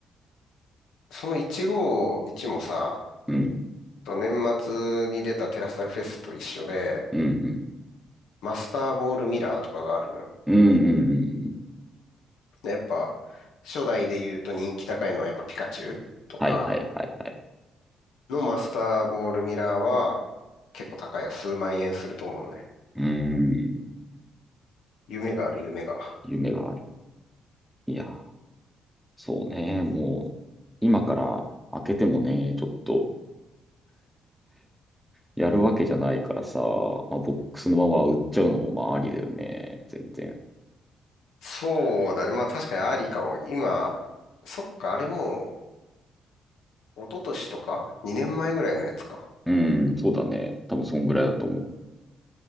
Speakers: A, on the left; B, in the centre.
A: その151もさ、
B: うん、
A: と年末に出たテラスタルフェスと一緒で、
B: うん、うん。
A: マスターボールミラーとかがあるのよ。
B: うん、うん、うん。うん
A: で、やっぱ、初代で言うと人気高いのはやっぱピカチュウとか
B: はいはいはいはい。
A: のマスターボールミラーは結構高いよ。数万円すると思うね。
B: うーん。
A: 夢がある、夢が。
B: 夢がある。いやそうね。もう、今から開けてもね、ちょっとやるわけじゃないからさ、まあ、ボックスのまま売っちゃうのもまあありだよね。全然。
A: そうだね。まあ確かにありかも。今、そっか、あれもう、一昨年とか ?2 年前ぐらいのやつか。
B: うん、そうだね。多分そんぐらいだと思